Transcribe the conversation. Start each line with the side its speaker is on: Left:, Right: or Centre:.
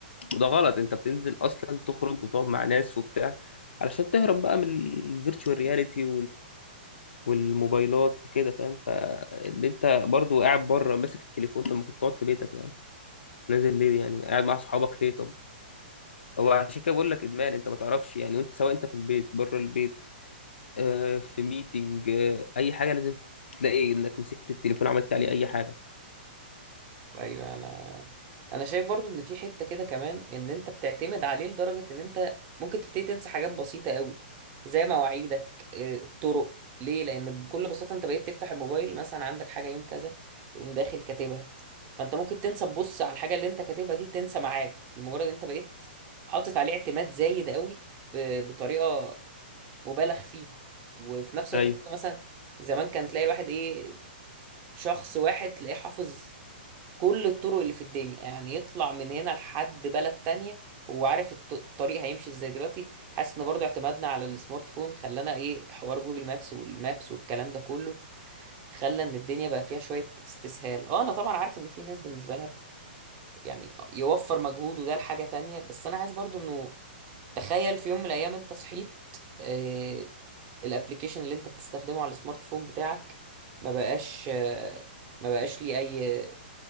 Left: وده غلط انت بتنزل اصلا تخرج وتقعد مع ناس وبتاع علشان تهرب بقى من الفيرتشوال رياليتي والموبايلات وكده فاهم فاللي انت برضو قاعد بره ماسك التليفون طب ما كنت تقعد في بيتك يعني نازل ليه يعني قاعد مع اصحابك ليه طب هو عشان كده بقول لك ادمان انت ما تعرفش يعني وانت سواء انت في البيت بره البيت آه في ميتنج آه اي حاجه لازم تلاقي انك مسكت التليفون عملت عليه اي حاجه
Right: ايوه انا انا شايف برضو ان في حته كده كمان ان انت بتعتمد عليه لدرجه ان انت ممكن تبتدي تنسى حاجات بسيطه قوي زي مواعيدك آه، الطرق ليه لان بكل بساطه انت بقيت تفتح الموبايل مثلا عندك حاجه يوم كذا تقوم داخل كاتبها فانت ممكن تنسى تبص على الحاجه اللي انت كاتبها دي تنسى ميعاد لمجرد انت بقيت حاطط عليه اعتماد زايد قوي ب- بطريقه مبالغ فيها وفي نفس
Left: ايوه
Right: الوقت ممكن مثلا زمان كان تلاقي الواحد ايه شخص واحد تلاقيه حافظ كل الطرق اللي في الدنيا يعني يطلع من هنا لحد بلد تانية هو عارف الط- الطريق هيمشي ازاي دلوقتي حاسس ان برضو اعتمادنا على السمارت فون خلانا ايه حوار جوجل مابس والمابس والكلام ده كله خلى ان الدنيا بقى فيها شوية استسهال اه انا طبعا عارف ان في ناس بالنسبة لها يعني يوفر مجهود وده لحاجة تانية بس انا عايز برضو انه تخيل في يوم من الايام انت صحيت آه الابليكيشن اللي انت بتستخدمه على السمارت فون بتاعك ما بقاش آه، ما بقاش ليه اي